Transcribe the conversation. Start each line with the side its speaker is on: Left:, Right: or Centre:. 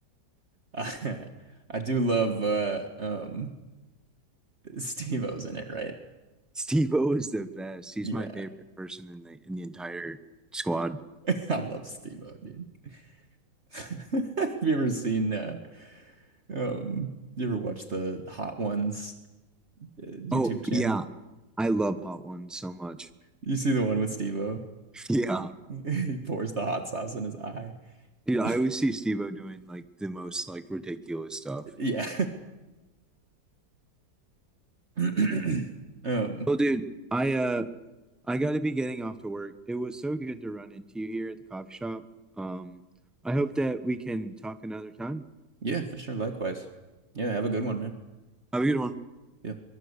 Right: Uh, I do love uh um Steve-O's in it, right?
Centre: Steve O is the best. He's
Right: Yeah.
Centre: my favorite person in the in the entire squad.
Right: <laughs> I love Steve-O, dude. <laughs> Have you ever seen uh Um, you ever watch the Hot Ones uh, YouTube
Centre: Oh
Right: channel?
Centre: yeah, I love Hot Ones so much.
Right: You see the one with Steve-O? <laughs>
Centre: Yeah.
Right: He pours the hot sauce in his eye.
Centre: Dude, I
Right: <laughs>
Centre: always see Steve-O doing like the most like ridiculous stuff.
Right: Yeah. <clears throat> Um,
Centre: Well, dude, I uh I gotta be getting off to work. It was so good to run into you here at the coffee shop. Um, I hope that we can talk another time.
Right: yeah, for sure. Likewise. Yeah, have a good one, man.
Centre: Have a good one.
Right: See ya.